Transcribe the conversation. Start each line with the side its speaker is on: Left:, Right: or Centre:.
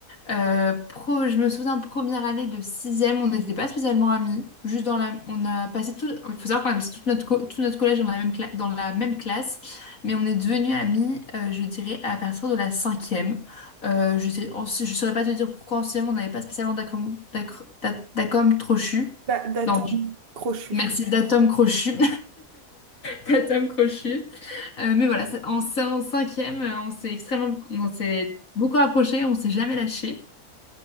Left: Euh, pro, je me souviens, première année de sixième, on n'était pas spécialement amis. Juste dans la, on a passé tout, il faut savoir qu'on a passé toute notre co- tout notre collège dans la même cla- dans la même classe, mais on est devenus amis, euh, je dirais, à partir de la cinquième. Euh, je sais, en- je saurais pas te dire pourquoi en sixième on n'avait pas spécialement d'accom, d'accr- d'a- d'accom crochu.
Right: Bah, d'atome
Left: Non, je-
Right: crochu.
Left: merci, d'atom crochu, <laughs> d'atom crochu. Euh, mais voilà, c'est- en, c'est en cinquième, euh, on s'est extrêmement, on s'est beaucoup approché, on s'est jamais lâché.